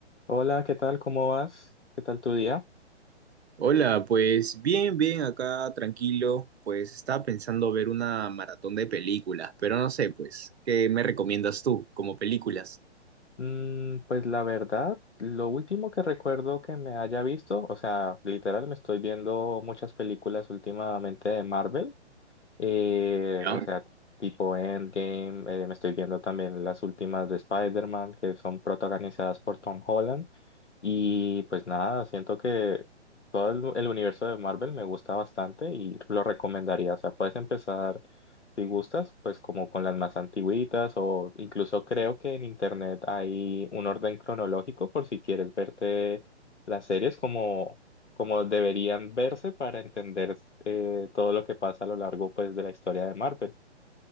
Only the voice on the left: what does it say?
Hola, ¿qué tal? ¿Cómo vas? ¿Qué tal tu día?
Mm, pues la verdad, lo último que recuerdo que me haya visto, o sea, literal me estoy viendo muchas películas últimamente de Marvel. Eh,
o sea, tipo Endgame, eh, me estoy viendo también las últimas de Spider-Man que son protagonizadas por Tom Holland. Y pues nada, siento que todo el, el universo de Marvel me gusta bastante y lo recomendaría. O sea, puedes empezar si gustas, pues como con las más antiguitas o incluso creo que en internet hay un orden cronológico por si quieres verte las series como como deberían verse para entender eh, todo lo que pasa a lo largo pues de la historia de Marvel.